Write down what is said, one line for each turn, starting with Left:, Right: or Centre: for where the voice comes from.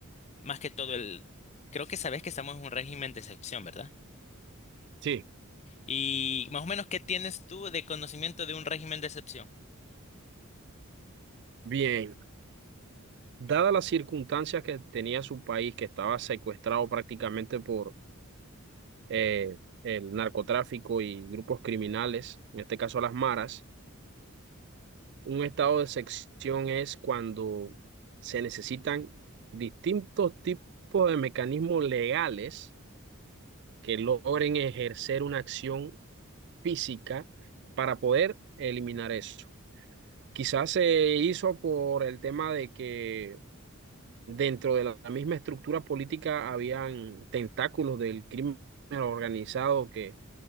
Left: más que todo el, creo que sabes que estamos en un régimen de excepción, ¿verdad?
Right: Sí,
Left: Y más o menos, ¿qué tienes tú de conocimiento de un régimen de excepción?
Right: bien. Dadas las circunstancias que tenía su país, que estaba secuestrado prácticamente por eh, el narcotráfico y grupos criminales, en este caso las maras, un estado de sección es cuando se necesitan distintos tipos de mecanismos legales que logren ejercer una acción física para poder eliminar eso. Quizás se hizo por el tema de que dentro de la misma estructura política habían tentáculos del crimen organizado que